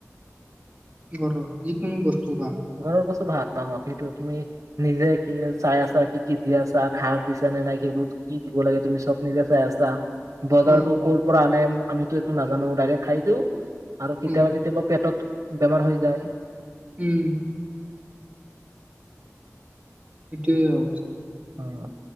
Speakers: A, on the right; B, on the right.
A: ঘৰৰ যিকোনো বস্তু ভাল।
B: ঘৰৰ বস্তু ভাল অ' সেইটো তুমি। নিজে কি চাই আছা, কি কি দি আছা সাৰ দিছা নে নাই সেইবোৰ কি দিব লাগে তুমি নিজে চাই আছা। বজাৰতো
A: উম
B: ক'ৰ পৰা আনে আমিতো একো নাজানো ডাইৰেক্ট খাই দিও। আৰু কেতিয়াবা
A: উম
B: কেতিয়াবা পেটত বেমাৰ হৈ যায়।
A: উম। সেইটোৱে <unintelligible>
B: অ'